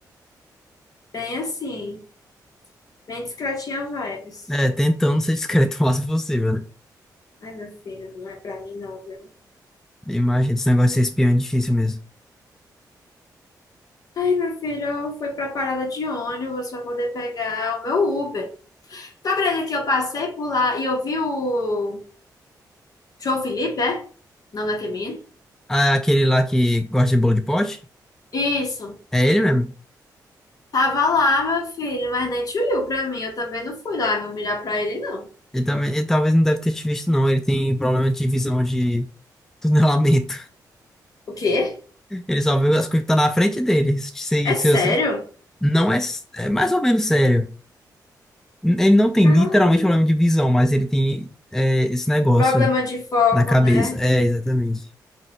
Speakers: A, on the left; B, in the centre.
A: Bem assim, bem discretinha vibes.
B: É, tentando ser discreto o máximo possível, né?
A: Ai, meu filho, não é pra mim não, viu?
B: Imagina, esse negócio de ser espião é difícil mesmo.
A: Ai, meu filho, eu fui pra parada de ônibus pra poder pegar o meu Uber. Tu acredita que eu passei por lá e eu vi o João Felipe, é? O nome daquele menino?
B: Ah, aquele lá que gosta de bolo de pote?
A: Isso.
B: É ele mesmo.
A: Tava lá, meu filho, mas nem te olhou pra mim. Eu também não fui lá me humilhar pra ele, não.
B: Ele também, ele talvez não deve ter te visto, não. Ele tem um problema de visão de tunelamento.
A: O quê?
B: <laughs> Ele só vê as coisas que estão na frente dele. Se,
A: É
B: se,
A: sério?
B: se- não é, s- é mais ou menos sério. Ele não tem
A: Cara,
B: literalmente problema de visão, mas ele tem é, esse negócio
A: problema de foco,
B: na cabeça.
A: né?
B: É, exatamente.